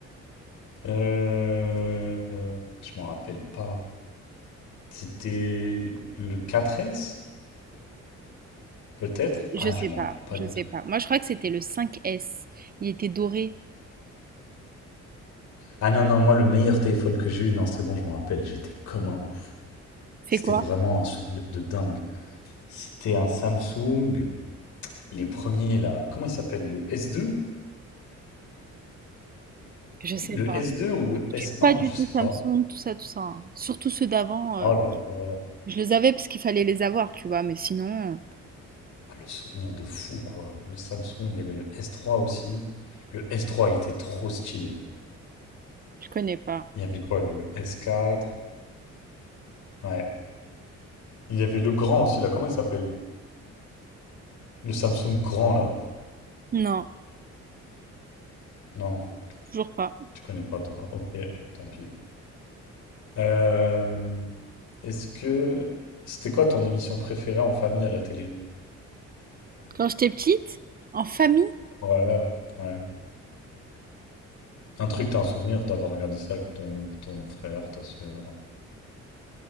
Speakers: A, on the left (about 75°); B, on the right (about 30°).
A: Euh, je m'en rappelle pas. C'était le 4S, peut-être?
B: Je
A: Ah,
B: sais
A: je m'en
B: pas,
A: rappelle pas
B: je
A: du
B: sais
A: tout.
B: pas. Moi, je crois que c'était le 5S. Il était doré.
A: Ah non, non, moi, le meilleur téléphone que j'ai eu, non, c'est bon, je m'en rappelle, j'étais comme un ouf.
B: C'est
A: C'était
B: quoi?
A: vraiment un souvenir de dingue. C'était un Samsung, les premiers là. Comment il s'appelle? Le S2?
B: Je sais
A: Le
B: pas.
A: S2 ou le S1,
B: Je suis pas du
A: je
B: tout
A: sais
B: Samsung,
A: pas.
B: tout ça, tout ça. hein. Surtout ceux d'avant,
A: Oh
B: euh,
A: là là,
B: je les avais parce qu'il fallait les avoir, tu vois, mais sinon,
A: ah, le souvenir de fou, quoi. Le Samsung, il y avait le S3 aussi. Le S3, il était trop stylé.
B: je connais pas.
A: Il y avait quoi? Le S4? Ouais. Il y avait le grand aussi, là. Comment il s'appelle? Le Samsung grand, là.
B: Non,
A: Non,
B: toujours pas.
A: tu connais pas, toi. Ok, tant pis. Euh, est-ce que... C'était quoi ton émission préférée en famille à la télé?
B: Quand j'étais petite, en famille,
A: Voilà. Ouais. Un truc, t'as un souvenir d'avoir regardé ça avec ton, ton frère, ta soeur. ouais.